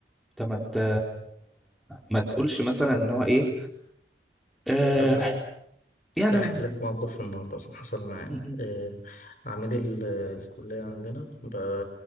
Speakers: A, in the centre; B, on the left (about 50°).
A: انت ما ت- ما تقولش مثلا ان هو ايه آه،
B: طب
A: يعني
B: هحكي
A: م-
B: لك موقف النهارده مثلا حصل معايا
A: م-
B: آه، عميد ال- الكلية عندنا بقى